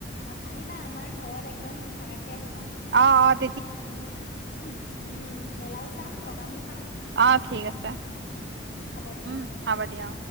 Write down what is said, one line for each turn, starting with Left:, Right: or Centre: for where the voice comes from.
Left: আহ আহিবা আমাৰ ঘৰত একদম থাকাকে আহিবা
Right: পঠ <inaudible>
Left: আমি উম মেলাও চাম প্ৰগ্ৰামো চাম
Right: অ ঠিক আছে
Left: উম উম হ'ব দিয়া
Right: উম হ'ব দিয়া অ